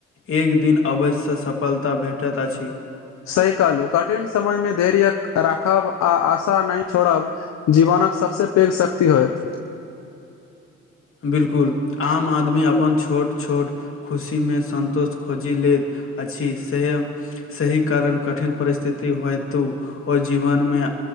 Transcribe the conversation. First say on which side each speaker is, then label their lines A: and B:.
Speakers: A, on the left (about 45°); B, on the left (about 60°).
A: एक दिन अवश्यसँ सफलता भेटैत अछि
B: सही कहलू कठिन समय में धैर्य राखब आ आशा नहि छोड़ब जीवनके सबसँ पैघ शक्ति होयत
A: बिलकुल आम आदमी अपन छोट छोट खुशी में सन्तोष खोजि लैत अछि से सही कारण कठिन परिस्थिति हेतु ओ जीवन में